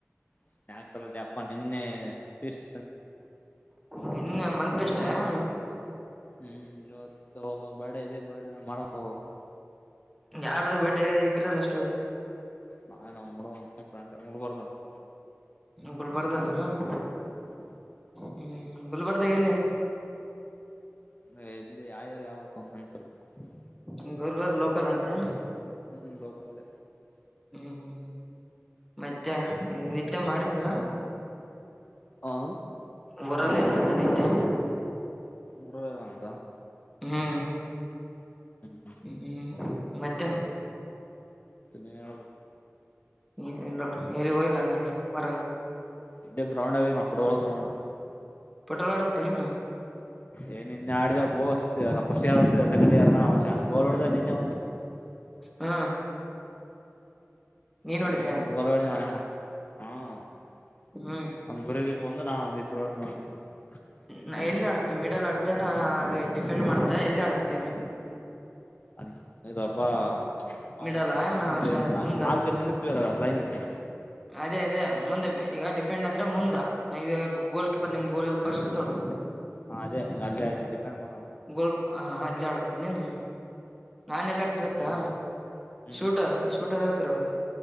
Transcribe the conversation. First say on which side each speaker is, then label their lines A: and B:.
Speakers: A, on the left; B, in the centre.
A: ಸ್ನಾಯಕ್ಸ್ ಅಲ್ಲಲ್ಲಿ ಅಪ್ಪ ನಿನ್ನೆ ಷ್ಟ
B: ನಿನ್ನೆ ಮಂತ್ ಟೇಸ್ಟೇನ್.
A: ಹ್ಮು ಇವತ್ತ್ ಒಬ್ಬಂದ್ ಬರ್ಡೇ ಇದೆ ಬರ್ಡೇ ಮಾಡಾಕ್ ಹೋಗಬೇಕು.
B: ಯಾರ್ದು ಬರ್ಡೇ ಇಟ್ರಲ್ಲ ಸ್ಟೋರಿ.
A: ನಾ ಏನ್ <unintelligible> ಫ್ರೆಂಡ್ <unintelligible>
B: ಗುಲ್ಬರ್ದಾನನವ್ವ್
A: ಹು
B: ಹ್ಮು ಗುಲ್ಬರ್ಗಾದಾಗ್ ಎಲ್ಲಿ.
A: ಎಲ್ಲಿ <unintelligible>
B: <unintelligible> ಲೋಕಲ್ ಅಂತೆ ಏನ್.
A: ಹ್ಮು ಲೋಕ ಅದೆ.
B: ಹ್ಮು ಹ್ಮು. ಮತ್ತ್ಯಾ ನಿದ್ದೆ ಮಾಡಿದ್ನ.
A: ಅ
B: ಊರಲ್ಲಿ <unintelligible>
A: ಊರಲ್ಲಿ ಅದಾನಂತ.
B: ಹ್ಮು
A: ಹ್ಮ್
B: ಹ್ಮು ಮತ್ತೆ.
A: ನೀನ ಹೇಳ್ಬೇಕ್.
B: ಏನ್ ಇಲ್ಲ ನೋಡ <unintelligible> ಅಂದ್ರ ಹೊರಗ.
A: <unintelligible>
B: ಪೆಟ್ರೋಲ್ ಆಡತ್ತೆ ನೀನು
A: ಎ ನಿನ್ನೇ ಆಡಿ <unintelligible> ಫಸ್ಟ್ ಇಯರ್ <unintelligible> ಸೆಕಂಡ್ ಇಯರ್ನ <unintelligible> ಗೋಲ್ ಹೊಡ್ದೆ ನಿನ್ನೆ ಒಂದು.
B: ಹಾ ನೀನ್
A: ನಿನ್ನೆ
B: ನೋಡಿದ್ದ್ಯಾ
A: ಒಂದ್ ಗೋಲ್ <unintelligible>
B: ಹ್ಮ್
A: ಹಾ. <unintelligible>
B: ನ ಎಲ್ಲಿ ಆಡ್ತಿ ಮಿಡಲ್ ಆಡ್ತೇನಾ ಹಾಗೆ ಡಿಫೆಂಡ್ ಮಾಡ್ತಾ ಎಲ್ಲಿ ಆಡ್ತೇನ್.
A: ಅದ್ ಇದಪ್ಪಾ ಅವ್ವ್
B: ಮಿಡಲ್
A: <unintelligible>
B: ಏನ ಮುಂದ
A: ನಾಲ್ಕ್ ದಿನದಿಂದ <unintelligible> ಯಾ
B: ಅದೇ ಅದೇ ಮುಂದೋಮ್ಮಿ ಈಗ ಡಿಫೆಂಡ್ ಅಂದ್ರ ಮುಂದಾ ಗೋಲ್ ಕೀಪರ್ ನಿಮ್ಮ್ ಗೋಲ್ ಫಸ್ಟ್ ಇರುತ್ತ್ ನೋಡ್.
A: ಹ ಅದೇ ಅಲ್ಲೇ ಅಲ್ಲೇ ಡಿಪೆಂಡ್ ಮಾಡ
B: ಗೋಲ್ಪ ಹಾ ಅಲ್ಲಿ ಆಡ್ತಿ ನೀನ್ ನಾನ ಎಲ್ಲಿ ಆಡ್ ಗತ್ತಾ
A: ಹ್ಮ್ ಹ್ಮ್
B: ಶೂಟರ್ ಶೂಟರ್ ಇರ್ತಾರ್ ನೋಡ್